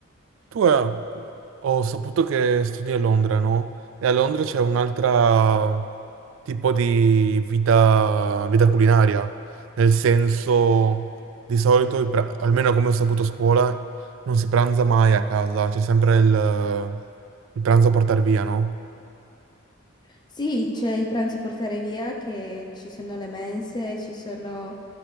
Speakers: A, on the right; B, on the left.
A: Tu eh, ho saputo che studi a Londra, no? E a Londra c'è un'altra tipo di vita, vita culinaria, nel senso di solito, i pra- almeno come ho saputo a scuola, non si pranza mai a casa, c'è sempre il, il pranzo a portare via, no?
B: Sì, c'è il pranzo a portare via, che ci sono le mense, ci sono